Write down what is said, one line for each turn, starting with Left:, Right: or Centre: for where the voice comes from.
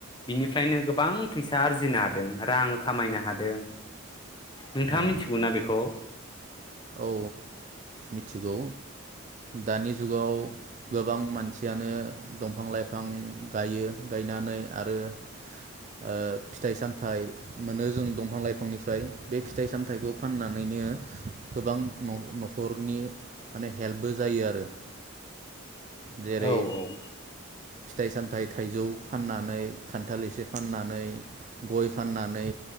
Left: बिनिफ्रायनो गोबां फैसा आरजिनो हादों रां खामायनो हादों नोंथाङा
Right: औ
Left: मिथिगौ ना बेखौ।
Right: औ मिथिगौ दानि जुगाव गोबां मानसियानो दंफां लाइ फां गायो गायनानै आरो ओ फिथाइ ओ सामथाइ मोनो जों दंफां लाइफांनिफ्राय बे फिथाइ-सामथाइखौ फाननानैनो गोबां न' न'खरनि माने हेल्पबो जायो आरो जेरै
Left: औ औ।
Right: फिथाइ सामथाइ थाइजौ फाननानै खानथाल एसे फाननानै गय फाननानै